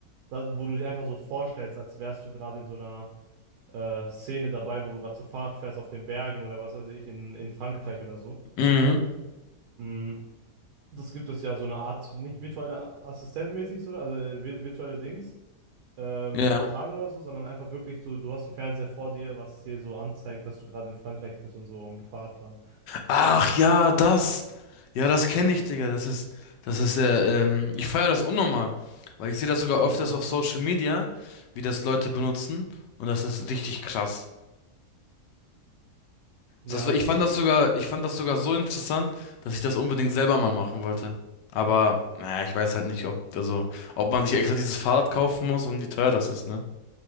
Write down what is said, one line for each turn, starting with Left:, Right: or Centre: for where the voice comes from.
Right: da, wo du dir einfach so vorstellst, als wärst du gerade in so einer äh, Szene dabei, wo du gerade so Fahrrad fährst auf den Bergen oder was weiß ich, in, in Frankreich oder so.
Left: Mhm,
Right: Mm, das gibt es ja so eine Art, nicht virtuelle Assistentmäßig, so, also vi- virtuelle Dings, ähm,
Left: ja.
Right: übertragen oder so, sondern einfach wirklich so, du hast einen Fernseher vor dir, was dir so anzeigt, dass du gerade in Frankreich bist und so am Fahrradfahren.
Left: Ach ja, das. Ja, das kenne ich, Digga. Das ist, das ist ja, ähm, ich feiere das unnormal, weil ich sehe das sogar
Right: Ja.
Left: öfters auf Social Media, wie das Leute benutzen und das ist richtig krass.
Right: Ja,
Left: Das war,
Right: das
Left: ich fand
Right: ist das
Left: das
Right: Ding.
Left: sogar, ich fand das sogar so interessant, dass ich das unbedingt selber mal machen wollte. Aber, naja, ich weiß halt nicht, ob, also, ob man sich extra dieses Fahrrad kaufen muss und wie teuer das ist, ne?